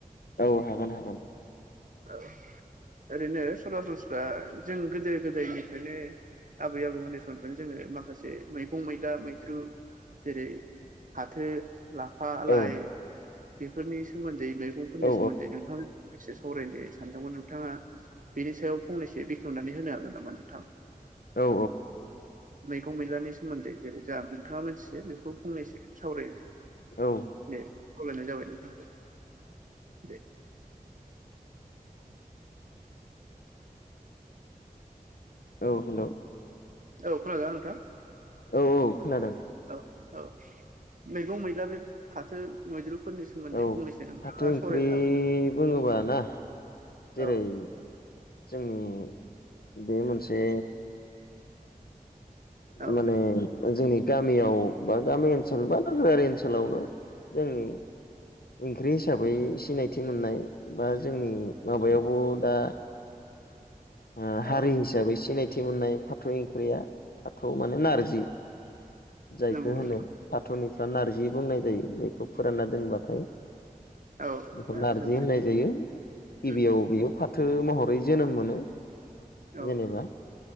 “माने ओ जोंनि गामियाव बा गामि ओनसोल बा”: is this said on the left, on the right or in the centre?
Left